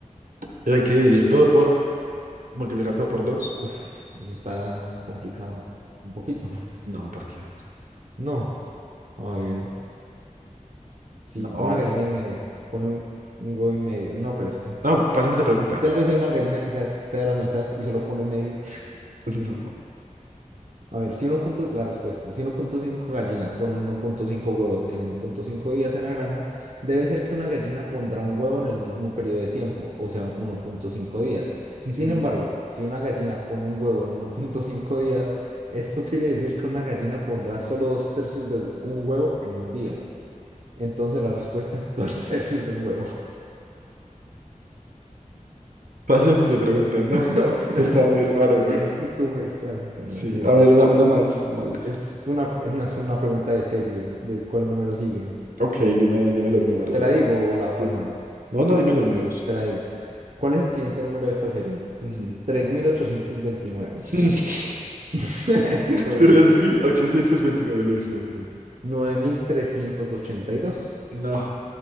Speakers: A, on the right; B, on the right.
A: Pero hay que dividir todo por... Multiplicar todo por dos.
B: Uf, eso está complicado, un poquito. <laughs>
A: No, ¿por qué?
B: No, a ver, si
A: No.
B: una gallina y media pone un, un huevo y medio, no, pero es que
A: No, pasemos de pregunta.
B: tal vez hay una gallina que se esté a la mitad y solo pone medio
A: <laughs> no.
B: A ver, si uno punto, la respuesta, si uno punto cinco gallinas ponen uno punto cinco huevos en uno punto cinco días en la granja, debe ser que una gallina pondrá un huevo en el mismo periodo de tiempo, o sea, uno punto cinco días.
A: Ujú.
B: Sin embargo, si una gallina pone un huevo en uno punto cinco días, esto quiere decir que una gallina pondrá solo dos tercios de un huevo en un día. Entonces la respuesta es <laughs> dos tercios de un huevo.
A: Pasemos de pregunta, no.
B: <laughs> ¿Qué opinas?
A: Eso estaba muy raro, güey.
B: Eso estuvo muy extraño para
A: Sí,
B: la siguiente.
A: a ver, una, una más, más.
B: Es una, es una pregunta de series, de cuál número sigue.
A: Ok, dime, dime los números,
B: ¿Te
A: a
B: la
A: ver.
B: digo o la pasamos?
A: Sí. No, no, dime los números.
B: Te la digo. ¿Cuál es el siguiente número de esta serie?
A: Ujú.
B: 3829.
A: <laughs>
B: <laughs> Es que por eso
A: tres
B: te decía.
A: mil ochocientos veintinueve listo.
B: Sí. nueve mil trescientos ochenta y dos
A: No.